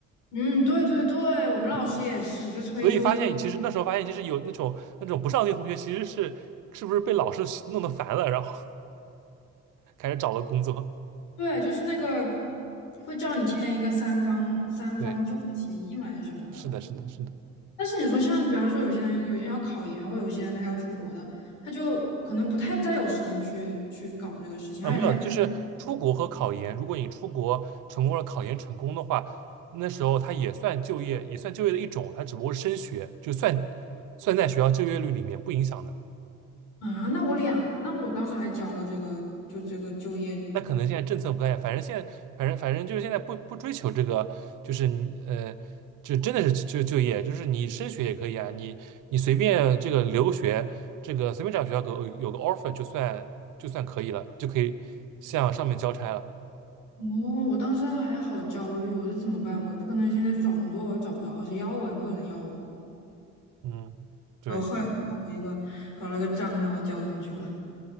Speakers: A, on the left; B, on the right.
A: 嗯对对对，我们老师也是，就催就业，
B: <laughs> 所以发现其实那时候发现就是有那种那种不上进的同学其实是是不是被老师弄得烦了，然后 <laughs> 开始找了工作。
A: 对，就是那个会叫你签一个三方三方就业协议嘛，
B: 对，
A: 还是什么的。
B: 是的，是的，是的。
A: 但是你说像，比方说有些人，有些人要考研，或有些人他要出国的，他就可能不太再有时间去去搞这个事情，
B: 啊，
A: 而且他也
B: 没有，就是出国和考研。如果你出国成功了，考研成功的话，那时候它也算就业，也算就业的一种，它只不过是升学，就算算在学校就业率里面不影响的。
A: 啊，那我两，那我当时还交了这个，就这个就业，
B: 那可能现在政策不太反正现在，反正反正就是现在不不追求这个，就是你呃，就真的是就就业，就是你升学也可以啊，你你随便这个留学，这个随便找学校给我有个 offer 就算就算可以了，就可以向上面交差了。
A: 哦，我当时还好焦虑，我说怎么办？我不可能现在去找工作吧，又找不着，谁要我也没有人要我。
B: 嗯，对。
A: 然后后来搞了一个搞了个章，然后交上去了。